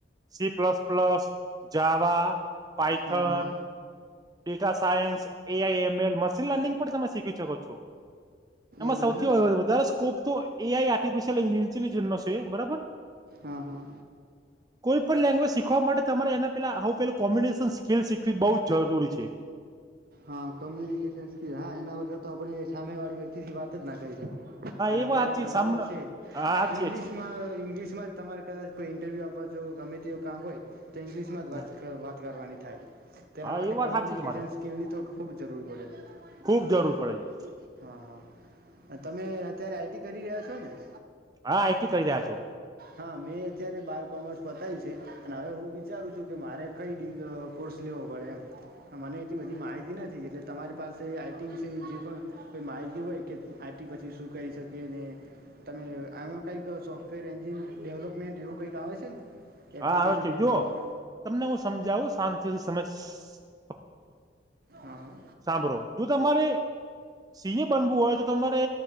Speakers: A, on the right; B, on the right.
A: C plus plus Java Python
B: હા હા
A: data science AI M L machine learning પણ તમે શીખી શકો છો એમાં
B: એવું
A: સૌથી
B: એમ
A: વધારે સ્કોપ તો એ આઈ આર્ટિફિશયલ ઇન્ટેલજન્સ નો છે બરાબર
B: હા હા
A: કોઈ પણ લેંગ્વેજ શીખવા માટે તમારે એના પેલા પે કોમ્યુનિકેશન સ્કીલ શીખવી બહુ જ જરૂરી છે. છે.
B: હા કોમ્યુનિકેશન સ્કીલ હા એના વગર તો આપણે સામે વાળી વ્યક્તિ થી વાત જ ના અને
A: એ
B: અત્યારે
A: વાત છે
B: જમાનો
A: સામને
B: છે
A: હા હાચી
B: ઇંગ્લશમાં
A: જ
B: ઇંગ્લી તમારે કદાચ કોઈ ઇન્ટરવ્યુ આપવા જો ગમે તેવું કામ હોય. તો ઇંગ્લિશ માં
A: છે
B: જ વાત વાત કરવાની થાય. તેના
A: હા
B: માટે
A: એ વાત
B: કમ્યુનિકેશન
A: હાચી તમારી
B: સ્કીલની તો જરૂર પડે છે.
A: ખુબ
B: <inaudible>
A: જરૂર પડે છે
B: હા હા તમે અત્યારે આઈટી કરી રહ્યા છો ને. <inaudible>
A: હા આઈટી કરી રહ્યા છો
B: હા મેં અત્યારે બાર કોમર્સ પતાયું છે અને હવે હું વિચારું છું કે મારે કઈ ડિગ કોર્સ લેવો પડે એમ મને એટલી બધી માહિતી નથી. નથી એટલે તમારી પાસે આઈટી વિશેની જે પણ કોઈ માહિતી હોય કે આઈટી પછી શું કરી શકીએ ને તમે આમાં કંઈક સોફ્ટવેર એન્જિન ડેવલપમેન્ટ એવું કંઈક આવે છે. એપ્લિકેશન
A: હા આવે છે
B: ડેવલપર
A: જુઓ તમને હું સમજાવું શાંતિ સમજ <inaudible>
B: હા-હા.
A: સાંભળો જો તમારે સીએ બનવું હોય તો તમારે